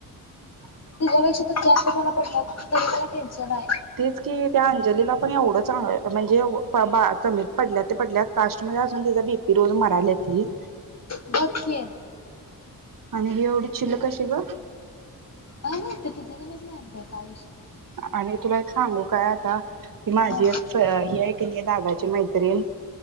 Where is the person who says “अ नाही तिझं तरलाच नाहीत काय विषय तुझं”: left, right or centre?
Left